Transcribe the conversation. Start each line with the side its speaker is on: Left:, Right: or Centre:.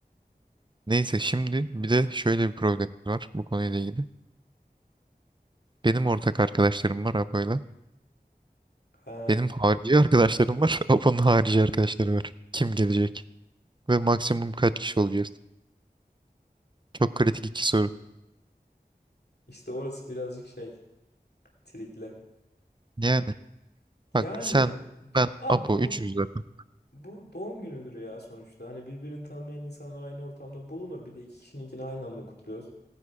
Right: Neyse şimdi bir de şöyle bir problemimiz var bu konuyla ilgili. Benim ortak arkadaşlarım var Apo'yla.
Left: Ha,
Right: Benim harici arkadaşlarım var. <laughs> Apo'nun harici arkadaşları var. Kim gelecek? Ve maksimum kaç kişi olacağız? Çok kritik iki soru.
Left: işte orası birazcık şey trikle.
Right: Yani
Left: Yani
Right: bak sen ben
Left: abi
Right: Apo
Left: bu
Right: 300 zaten.
Left: bu doğum günüdür ya sonuçta. Hani birbirini tanımayan insanlar aynı ortamda bulunur. Bir de iki kişininkini aynı anda kutluyoruz.